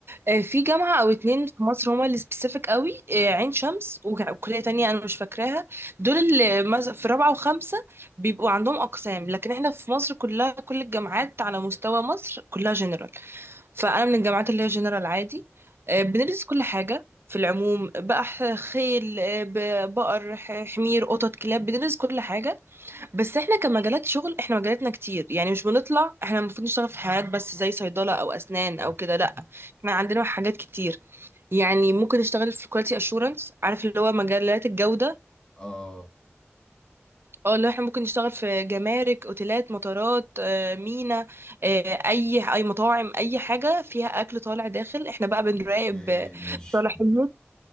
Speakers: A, on the right; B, on the left.
A: آه، في جامعة أو اتنين في مصر هما اللي سبيسيفيك قوي آه، عين شمس وك- وكلية تانية أنا مش فاكراها دول اللي مز- في رابعة وخمسة بيبقوا عندهم أقسام لكن احنا في مصر كلها كل الجامعات على مستوى مصر كلها جنرال فأنا من الجامعات اللي هي جنرال عادي آه، بندرس كل حاجة في العموم بقى ح- خيل آه، ب- بقر ح- حمير قطط كلاب بندرس كل حاجة بس احنا كمجالات شغل احنا مجالاتنا كتير يعني مش بنطلع احنا المفروض نشتغل في حاجات بس زي صيدلة او اسنان
B: صح
A: او كده لا احنا عندنا حاجات كتير يعني ممكن نشتغل في كواليتي اشورنس عارف اللي هو مجالات الجودة
B: اه
A: اه اللي احنا ممكن نشتغل في جمارك اوتيلات مطارات آه، مينا آه، اي اي مطاعم اي حاجة فيها اكل طالع داخل احنا بقى بنراقب
B: اوكي
A: آه،
B: ماشي
A: صلاحية